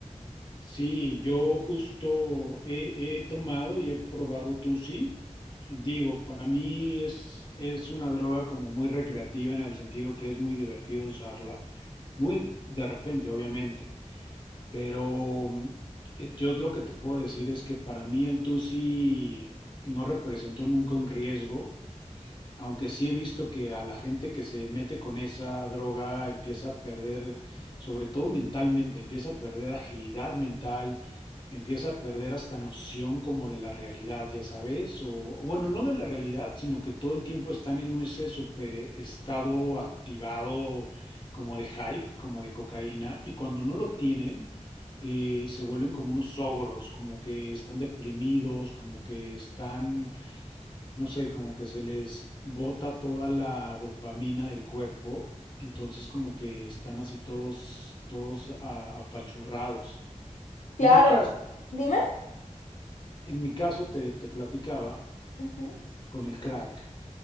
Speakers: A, on the left (about 40°); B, on the left (about 75°).
A: Sí, yo justo he, he tomado y he probado Tusi. Digo, para mí es, es una droga como muy recreativa en el sentido que es muy divertido usarla, muy de repente, obviamente, pero mm, eh, yo lo que te puedo decir es que para mí el Tusi no representó nunca un riesgo aunque sí he visto que a la gente que se mete con esa droga empieza a perder, sobre todo mentalmente, empieza a perder agilidad mental, empieza a perder hasta noción como de la realidad, ya sabes, o o bueno, no de la realidad, sino que todo el tiempo están en ese super estado activado como de hype, como de cocaína, y cuando no lo tienen, eh, se vuelven como unos ogros, como que están deprimidos, como que están no sé, como que se les bota toda la dopamina del cuerpo, entonces como que están así todos, todos a- apachurrados.
B: Claro,
A: En mi caso,
B: dime.
A: en mi caso te, te platicaba
B: Ujú.
A: con el crack,